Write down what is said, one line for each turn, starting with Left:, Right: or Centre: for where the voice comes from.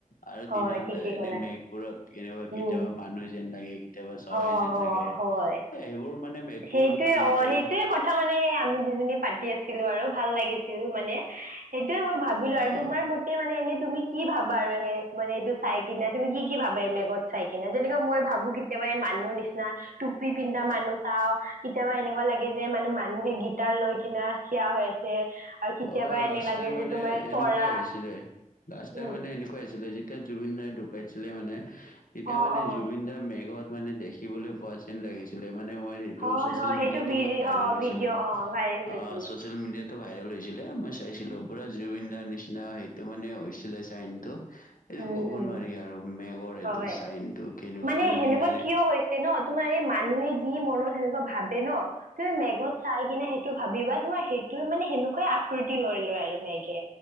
Left: আৰু
Right: হয়
Left: দিনতে
Right: ঠিকেই
Left: এনে
Right: ক'লা
Left: মেঘবোৰত কেনেকুৱা
Right: উম।
Left: কেতিয়াবা মানুহ যেন লাগে। কেতিয়াবা চৰাই
Right: অ',
Left: যেন
Right: অ',
Left: লাগে
Right: হয়।
Left: এইবোৰ মানে মেঘবোৰত
Right: সেইটোয়ে
Left: মানে কেতিয়াবা
Right: অ, সেইটোয়ে কথা মানে আমি দুজনী পাতি আছিলো আৰু ভাল লাগিছিল মানে সেইটোৱে মই ভাবিলো আৰু
Left: অ'।
Right: তোমাৰ মতে মানে এনেই তুমি কি ভাবা আৰু সে মানে এইটো চাই কিনা তুমি কি কি ভাবা এই মেঘত চাই কিনে। যেনেকা মই ভাবো কেতিয়াবা এই মানুহ নিচিনা টুপি পিন্ধা মানুহ চাও কেতিয়াবা এনেকুৱা লাগে যে মানে মানুহে গীটাৰ লৈ কিনে থিয় হৈ আছে। আৰু কেতিয়াবা
Left: অ
Right: এনে
Left: লাষ্ট
Right: লাগে
Left: টাইম
Right: যে
Left: মানে
Right: তোমাৰ
Left: এনেকুৱাই
Right: চৰা
Left: হৈছিলে। লাষ্ট টাইম
Right: উম।
Left: মানে এনেকুৱা হৈছিলে যেতিয়া জুবিন দাই ধুক কাইছিলে মানে তেতিয়া
Right: অ',
Left: মানে
Right: অ',
Left: জুবিন দা মেগত মানে দেখিবলৈ পোৱা যেন লাগিছিলে। মানে মই সেইটো
Right: হয়,
Left: চচেল
Right: হয়
Left: মিডিয়োটো
Right: সেইটো ভিডি
Left: বহুত ভাইৰেল
Right: অ',
Left: হৈছিলে।
Right: ভিডিঅ' অ', ভাইৰেল হৈছিল।
Left: অ চচিয়েল মিডিয়াত টো ভাইৰেল হৈছিলে, মই চাইছিলো পুৰা জুবিন দাৰ নিচিনা সেইটো মানে হৈছিলে চাইনটো। এইটো
Right: উম,
Left: ক'ব
Right: উম।
Left: নোৱাৰি আৰু মেগৰ এইটো
Right: হয়
Left: চাইনটো কেনেকুৱা
Right: মানে
Left: জুবিন
Right: সেনেকুৱা
Left: দাৰে
Right: কিয় হৈছে ন? তোমাৰ এই মানুহে যি মনত সেনেকুৱা ভাবে ন তুমি মেঘত চাই কিনে সেইটো ভাবিবা তোমাৰ সেইটোৱে মানে সেনেকোৱাই আকৃতি লৈ লয় আৰু মেঘে।